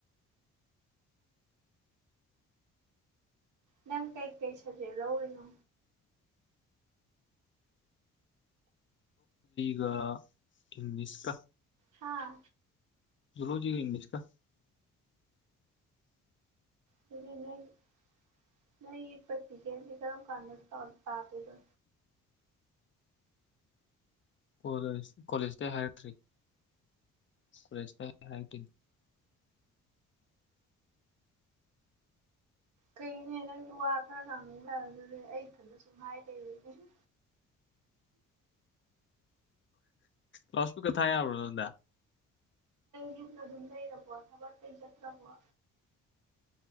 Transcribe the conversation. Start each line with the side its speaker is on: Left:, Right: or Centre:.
Right: ꯅꯪ ꯀꯩ ꯀꯩꯁꯗꯦ ꯂꯧꯧꯔꯤ
Left: ꯒ ꯏꯪꯂꯤꯁ ꯀ
Right: ꯍꯥꯥ
Left: ꯂꯣꯖꯤꯒ ꯏꯪꯂꯤꯁ ꯀ
Right: ꯀ ꯅ ꯄꯇ ꯀꯁꯤ ꯀꯔꯣ ꯀꯥꯟ ꯇꯧ ꯇꯥ ꯄꯗꯣ
Left: ꯀꯣꯂꯦ ꯀꯣꯂꯦꯖꯇ ꯍꯥꯏꯔꯛꯇ꯭ꯔꯤ ꯀꯣꯂꯦꯖꯇ ꯍꯥꯏꯔꯛꯇꯦ
Right: ꯀꯩꯅꯦ ꯅꯪꯒꯤ ꯋꯥ ꯈꯔ ꯉꯥꯡꯅꯤꯡꯗꯔ ꯑꯗꯨꯔꯦ ꯑꯩ ꯏꯊꯟꯗ ꯁ ꯉꯥꯏ ꯂꯩꯔꯅꯤ
Left: ꯔꯁꯄ ꯀ ꯊꯥꯏꯕ ꯗ
Right: ꯒꯤꯅ ꯑꯗꯨꯝ ꯂꯩꯔꯕ ꯊꯕꯛꯇꯩ ꯆꯠꯈ꯭ꯔꯕ